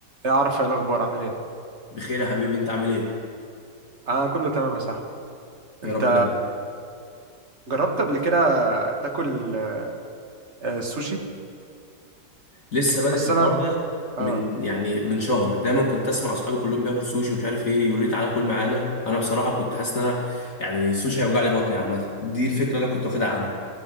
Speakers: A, on the right; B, on the left.
A: يا عارف ايه الاخبار عامل ايه
B: بخير يا حبيبي انت عامل ايه
A: انا كله تمام يا صاحبي
B: يا
A: انت
B: رب دايما
A: جربت قبل كده تاكل آه، سوشي
B: لسه بادئ
A: اصل
B: في الحوار
A: انا
B: ده من
A: اه
B: يعني من شهر دايما كنت اسمع اصحابي كلهم بياكلوا سوشي ومش عارف ايه يقولوا لي تعالى كل معانا انا بصراحه كنت حاسس ان انا يعني السوشي هيوجع لي بطني عامه دي الفكره اللي انا كنت واخدها عنه